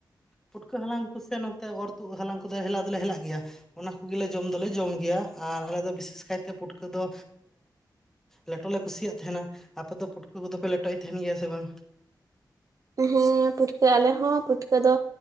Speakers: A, in the centre; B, on the right.
A: ᱯᱩᱴᱠᱟᱹ ᱦᱟᱞᱟᱝ ᱥᱮ ᱱᱚᱛᱮ ᱚᱨ ᱛᱩᱜ ᱦᱟᱞᱟᱝ ᱠᱚᱫᱚ ᱦᱮᱞᱟ ᱫᱚᱞᱮ ᱦᱮᱞᱟᱜ ᱜᱮᱭᱟ ᱚᱱᱟ ᱠᱚᱜᱮᱞᱮ ᱡᱚᱢ ᱫᱚᱞᱮ ᱡᱚᱢ ᱜᱮᱭᱟ ᱟᱨ ᱟᱞᱮ ᱫᱚ ᱵᱤᱥᱮᱥ ᱠᱟᱭᱛᱮ ᱯᱩᱴᱠᱟᱹ ᱫᱚ ᱞᱮᱴᱚ ᱞᱮ ᱠᱩᱥᱤᱭᱟᱜ ᱛᱟᱦᱮᱱᱟ ᱟᱯᱮ ᱫᱚ ᱯᱩᱴᱠᱟᱹ ᱫᱚᱯᱮ ᱞᱮᱴᱚᱭᱮᱫ ᱛᱟᱦᱮᱱ ᱜᱮᱭᱟ ᱥᱮ ᱵᱟᱝ
B: ᱦᱮᱸ ᱯᱩᱴᱠᱟᱹ ᱟᱞᱮ ᱦᱚᱸ ᱯᱷᱩᱴᱠᱟᱹ ᱫᱚ